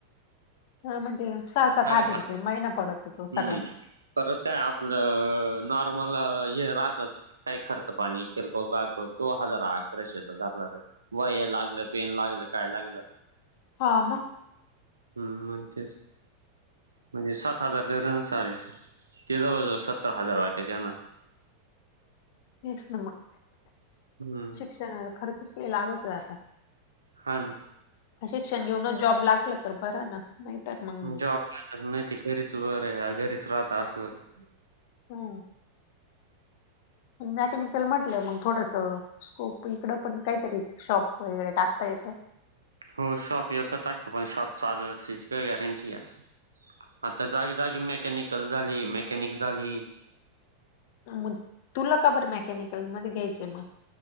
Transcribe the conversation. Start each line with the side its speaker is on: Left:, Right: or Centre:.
Left: हा म्हणजे सहा सात
Right: साडे
Left: हजार रुपये महिना पडत होेतो
Right: हम्म
Left: सगळंच.
Right: परत काय आपलं नॉर्मल हे राहतच. काही खर्च पाणी किरकोळ काय कर तो हजार अकराशेचा धरला तर वह्या लागलं, पेन लागलं, काय लागलं.
Left: हा मग.
Right: हं. म्हण तेच म्हणजे सात सात हजार <unintelligible> ते जवळ जवळ सत्तर हजार वाहते त्याना.
Left: तेच ना म
Right: हम्म
Left: शिक्षणाला खर्चच ते लागत नाय आता
Right: हा ना
Left: शिक्षण घेऊनच जॉब लागला तर बरं ना. नाहीतर मग
Right: जॉबला जात नाही ती घरीच वर घरीच राहत असं होतं.
Left: हम्म मॅकॅनिकल म्हटलं मग थोडसं स्कोप इकडं पण काहीतरी शॉप वगैरे टाकता येतं.
Right: हो सब इ यतो टाकते प सब चचालच का गॅरंटी अस. आता जागी जागी मेकॅनिकल झाली. मेकॅनिक झाली.
Left: हा मग तुला का बर मेकॅनिकलमध्ये घ्यायचंय मग?